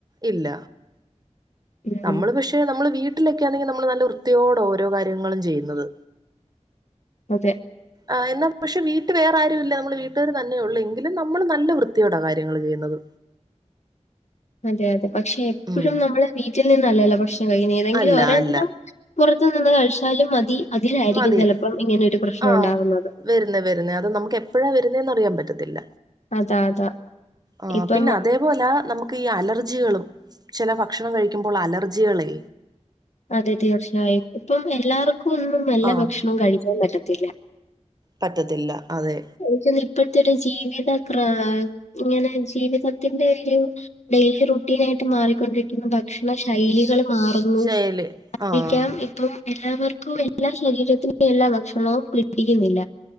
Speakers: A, on the right (about 35°); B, on the left (about 70°).
A: ഇല്ല
B: ഉം.
A: നമ്മള് പക്ഷെ - പക്ഷെ നമ്മള് വീട്ടിലൊക്കെയാണെങ്കി നമ്മള് നല്ല വൃത്തിയോടെ ഓരോ കാര്യങ്ങളും ചെയ്യുന്നത്.
B: അതെ
A: ആഹ് എന്നാ പക്ഷെ വീട്ട് വേറെ ആരും ഇല്ല നമ്മള് വീട്ടുകാർ തന്നെ ഉള്ളെ ങ്കിലും നമ്മള് നല്ല വൃത്തിയോടെ കാര്യങ്ങൾ ചെയ്യുന്നത്.
B: അതെ അതെ പക്ഷെ എപ്പഴും
A: ഉം
B: നമ്മള് വീട്ടിൽ നിന്നല്ലല്ലോ ഭക്ഷണം കഴിയുന്നേ ഏതെങ്കിലും
A: അല്ല
B: ഒരെണ്ണം-
A: അല്ല
B: പുറത്ത് നിന്ന് കഴിച്ചാലും മതി അതിലായിരിക്കും
A: മതി
B: ചെലപ്പോ ഇങ്ങനെ ഒരു പ്രശ്നം
A: ആഹ്
B: ഉണ്ടാവുന്നത്.
A: വരുന്നേ വരുന്നേ അത് നമുക്ക് എപ്പഴാ വരുന്നേന്ന് അറിയാൻ പറ്റത്തില്ല.
B: അതാ, അതാ.
A: ആഹ്
B: ഇപ്പം
A: പിന്നെ അതേപോല നമുക്ക് ഈ അലർജികളും ചെല ഭക്ഷണം കഴിക്കുമ്പോൾ അലർജികളെ
B: അതെ തീർച്ചയായും ഇപ്പം എല്ലാവർക്കും ഒന്നും നല്ല
A: ആഹ്
B: ഭക്ഷണം കഴിക്കാൻ പറ്റത്തില്ല.
A: പറ്റത്തില്ല അതെ
B: എനിക്ക് തൊന്നുന്നു ഇപ്പഴത്തെ ഒരു ജീവിത ക്ര ഇങ്ങനെ ജീവിതത്തിന്റെ ഒരു- ഡെയിലി റൊട്ടീൻ ആയിട്ട് മാറിക്കൊണ്ടിരിക്കുന്ന ഭക്ഷണ ശൈലികളും- മാറുന്നു
A: ശൈലി
B: അതായിരിക്കാം
A: ആഹ്
B: ഇപ്പം- എല്ലാവർക്കും എല്ലാ ശരീരത്തിനും എല്ലാ ഭക്ഷണവും പിടിക്കുന്നില്ല.